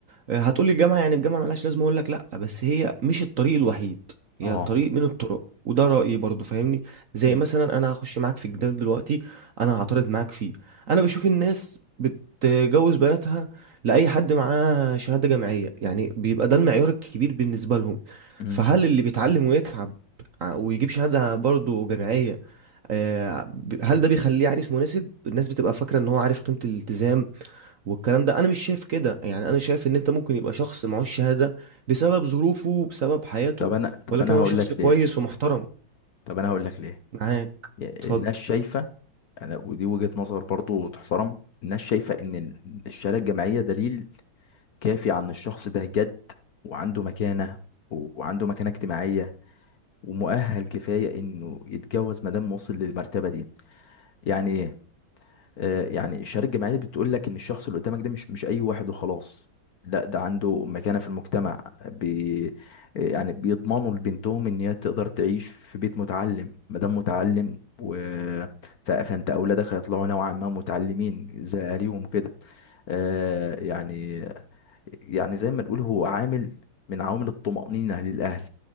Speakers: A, on the right; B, on the left.
A: هتقولي الجامعة يعني الجامعة ملهاش لازمة أقول لك لأ بس هي مش الطريق الوحيد هي
B: اه
A: طريق من الطرق وده رأيي برضو فاهمني زي
B: مم.
A: مثلا أنا هخش معاك في جدال دلوقتي أنا هعترض معاك فيه أنا بشوف الناس بتجوز بناتها لأي حد معاه شهادة جامعية يعني بيبقى ده المعيار الكبير بالنسبة لهم
B: مم.
A: فهل اللي بيتعلم ويتعب ع- ويجيب شهادة برضو جامعية آه، ب- هل ده بيخليه عريس مناسب؟ الناس بتبقى فاكرة إن هو عارف قيمة الالتزام والكلام ده انا مش شايف كده يعني انا شايف ان انت ممكن يبقى شخص معهوش شهادة بسبب ظروفه وبسبب حياته
B: طب انا طب
A: ولكن
B: انا
A: هو
B: هقول
A: شخص
B: لك
A: كويس
B: ليه
A: ومحترم
B: طب انا هقول لك ليه
A: معاك
B: يا-
A: اتفضل
B: الناس شايفه انا ودي وجهه نظر برضو تحترم الناس شايفه ان ال- الشهاده الجامعيه دليل كافي عن الشخص ده جد وعنده مكانه و- وعنده مكانه اجتماعيه ومؤهل كفايه انه يتجوز ما دام وصل للمرتبه دي يعني آه، يعني الشهادة الجامعية بتقول لك إن الشخص اللي قدامك ده مش مش أي واحد وخلاص لا ده عنده مكانة في المجتمع بي يعني بيضمنوا لبنتهم إن هي تقدر تعيش في بيت متعلم مادام متعلم و... ف- فأنت أولادك هيطلعوا نوعا ما متعلمين زي أهاليهم وكده آه، يعني يعني زي ما نقول هو عامل من عوامل الطمأنينة للأهل